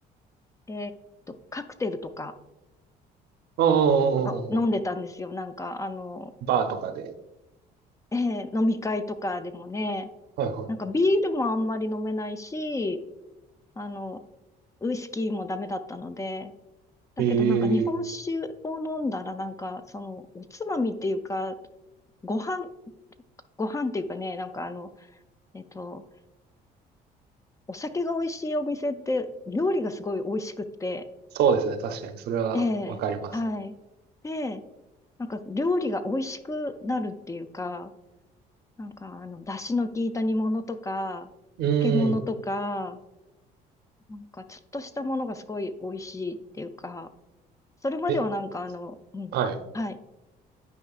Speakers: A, on the left; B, on the right.
A: えーっと、カクテルとか
B: んうんうんうん。
A: が飲んでたんですよ。なんか、あの、
B: バーとかで。
A: えー飲み会とかでもね、
B: はいは
A: なんかビールもあんまり飲めないし、あの、ウイスキーもダメだったので、だけどなんか日本酒を飲んだらなんか、
B: い。ええ
A: その、おつまみっていうか、ご飯、ご飯っていうかね、なんかあの、えっと、お酒が美味しいお店って、料理がすごい美味しくって、
B: そうですね。確かに、それはわかります。
A: ええはい。で、なんか料理が美味しくなるっていうか、なんか、あの、出汁の効いた煮物とか、
B: うーん。
A: 漬物とか、なんか、ちょっとしたものがすごい美味しいっていうか、それまではなんか、
B: え、
A: あの、うん、
B: はい。
A: はい。